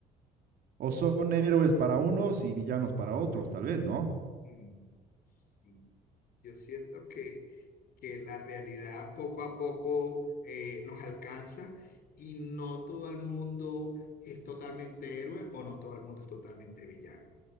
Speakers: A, on the right; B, on the left.
A: O son héroes para unos y villanos para otros, tal vez, ¿no?
B: Mm, sí, yo siento que, que la realidad poco a poco eh, nos alcanza y no todo el mundo es totalmente héroe o no todo el mundo es totalmente villano.